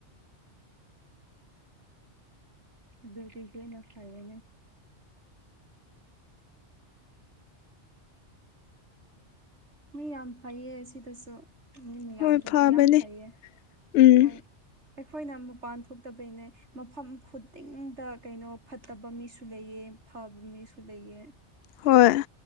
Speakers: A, on the right; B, on the left.
A: ꯑꯗꯨꯗꯤ ꯍꯦꯟꯅ ꯐꯔꯦꯅꯦ ꯃꯤ ꯌꯥꯝ ꯐꯩꯌꯦ ꯁꯤꯗꯁꯨ ꯃꯤ ꯃꯌꯥꯝꯕꯨꯗꯤ
B: ꯍꯣꯏ ꯐꯕꯅꯦ
A: ꯌꯥꯝ ꯐꯩꯌꯦ
B: ꯎꯝ
A: ꯃꯣꯏ ꯑꯩꯈꯣꯏꯅ ꯃꯄꯥꯟ ꯊꯣꯛꯇꯕꯩꯅꯦ ꯃꯐꯝ ꯈꯨꯗꯤꯡꯗ ꯀꯩꯅꯣ ꯐꯠꯇꯕ ꯃꯤꯁꯨ ꯂꯩꯌꯦ ꯐꯕ ꯃꯤꯁꯨ ꯂꯩꯌꯦ
B: ꯍꯣꯏ